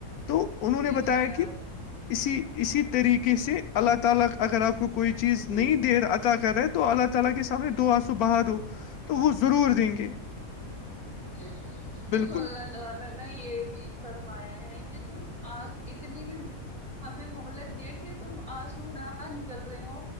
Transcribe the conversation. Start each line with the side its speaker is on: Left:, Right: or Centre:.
Left: تو انہوں
Right: بے
Left: نے بتایا
Right: شک
Left: کہ اسی اسی طریقے سے اللہ تعالی اگر آپ کو کوئی چیز
Right: جی
Left: نہیں دے عطا کرے اللہ تعالی کے سامنے دو آنسو بہا دو تو وہ ضرور دیں گے
Right: اسیا کیونکہ
Left: بالکل
Right: اللہ تعالی ا یہ بھی فرمایا ہے کہ تم آج اتنی بھی ہمیں مہلت دیا کہ تم آنسونا آ نکل رہے ہو